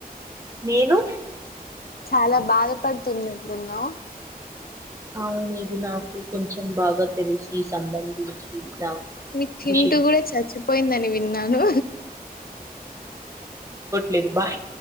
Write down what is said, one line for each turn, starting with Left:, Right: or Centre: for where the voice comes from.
Right: నేను
Left: చాలా బాధపడుతున్నట్లున్నవు.
Right: అవును ఇది నాకు కొంచెం బాగా తెలిసి సంబంధించిన
Left: నీకు చింత
Right: విషయం
Left: కూడా చచ్చిపోయిందని విన్నాను.
Right: లేదు బాయ్